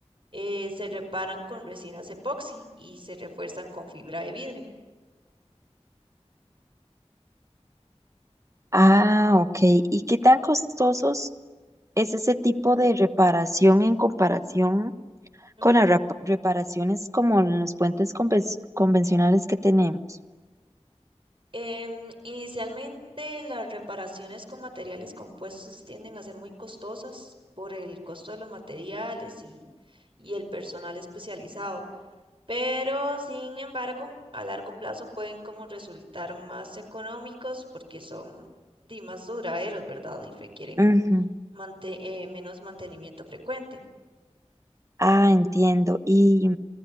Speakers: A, on the right; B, on the right.
A: eh, se reparan con resinas epoxi y se refuerzan con fibra de vidrio.
B: Ah, ok. ¿Y qué tan costosos es ese tipo de reparación en comparación
A: Ujú.
B: con las rap- reparaciones como en los puentes conven- convencionales que tenemos?
A: Em, inicialmente las reparaciones con materiales compuestos tienden a ser muy costosas por el costo de los materiales y, y el personal especializado, pero sin embargo, a largo plazo pueden como resultar más económicos porque son di, más duraderos, ¿verdad? Y requieren
B: Ujú.
A: mante- eh, menos mantenimiento frecuente.
B: Ah, entiendo. ¿Y,